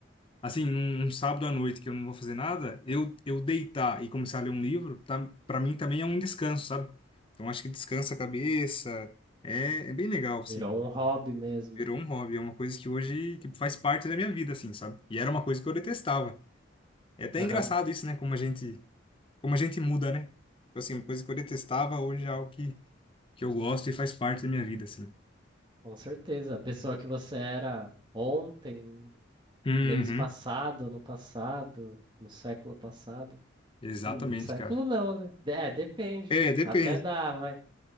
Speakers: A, on the left (about 30°); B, on the right (about 25°).
A: Assim, num, num sábado à noite que eu não vou fazer nada, eu, eu deitar e começar a ler um livro, tá, para mim também é um descanso, sabe? Então acho que descansa a cabeça, é, é bem legal, assim.
B: Virou um hobby mesmo.
A: Virou um hobby, é uma coisa que hoje, tipo, faz parte da minha vida, assim, sabe? E era uma coisa que eu detestava. É até
B: Aham,
A: engraçado isso, né? Como a gente, como a gente muda, né? Tipo Assim, uma coisa que eu detestava hoje é algo que, que eu gosto e faz parte da minha vida, assim.
B: Com certeza. A pessoa que você era ontem,
A: Uhum,
B: mês passado, ano passado, no século passado.
A: exatamente,
B: No, no século
A: cara.
B: não, né? De- É, depende,
A: É,
B: né?
A: depende.
B: Até dá, mas